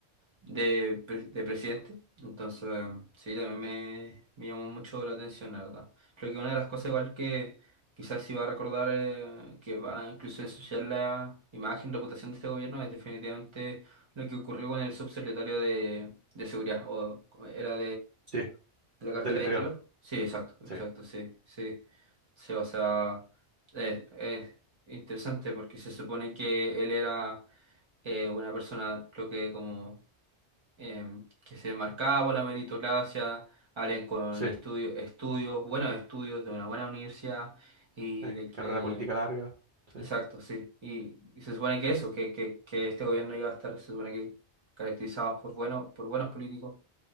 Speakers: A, on the right; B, on the right.
A: de, pre- de presidente. Entonces, sí, también me, me llamó mucho la atención, la verdad. Creo que una de las cosas igual que quizás sí va a recordar, eh, que va incluso a ensuciar la imagen, reputación de este gobierno, es definitivamente lo que ocurrió con el subsecretario de, de Seguridad, o era
B: Sí,
A: ¿La cartera
B: del interior.
A: de interior? Sí, exacto,
B: Sí,
A: exacto, sí, sí. Sí, o sea, es, es interesante porque se supone que él era eh, una persona, creo que como em, que se marcaba por la meritocracia, alguien con
B: sí,
A: estudio- estudios, buenos estudios de una buena universidad y
B: sí.
A: de que,
B: Carrera política larga. Sí.
A: exacto, sí, y, y se supone que eso, que, que, que este gobierno iba a estar, se supone que caracterizados por bueno por buenos políticos